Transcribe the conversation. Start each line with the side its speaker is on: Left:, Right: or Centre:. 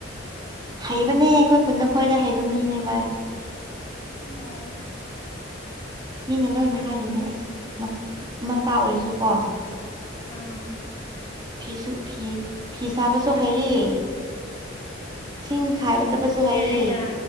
Right: ꯍꯩꯕꯅꯦ ꯑꯩꯈꯣꯏ ꯈꯨꯟꯗ ꯈ꯭ꯋꯥꯏꯗ ꯍꯩꯕ ꯃꯤꯅꯦ ꯚꯥꯏ
Left: ꯑꯣ
Right: ꯃꯤꯅ ꯂꯣꯏꯅ ꯍꯥꯏꯔꯤꯅꯤ ꯑꯁ ꯃꯆꯥ ꯑꯣꯏꯔꯁꯨꯀꯣ
Left: ꯑꯥ
Right: ꯐꯤꯁꯨ ꯐꯤ ꯐꯤ ꯁꯥꯕꯁꯨ ꯍꯩꯌꯦ ꯁꯤꯡ ꯈꯥꯏꯕ ꯆꯠꯄꯁꯨ
Left: ꯑꯗꯨꯅꯦ
Right: ꯍꯩꯌꯦ
Left: ꯑꯩꯅ